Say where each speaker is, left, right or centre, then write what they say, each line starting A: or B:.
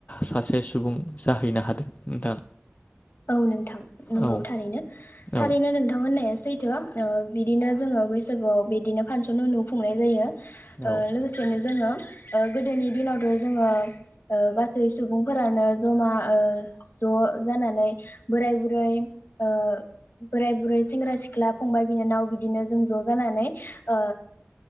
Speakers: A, on the left (about 40°); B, on the left (about 65°).
A: सासे सुबुं जाहैनो हादों नोंथां।
B: औ नोंथां नंगौ
A: औ
B: थारैनो थारैनो
A: औ
B: नोंथां होननाया सै थो ओ बिदिनो जोंङो बैसागुआव बिदिनो फांसन उनु खुंनाय जायो।
A: औ
B: ओ लोगोसेयैनो जोंङो ओ गोदोनि दिनावथ जोंङो ओ गासै सुबुंफोरानो जमा ओ ज' जानानै बोराय बुरै ओ बोराय बुरै सेंग्रा सिख्ला फंबाय बिनानाव बिदिनो जों ज जानानै ओ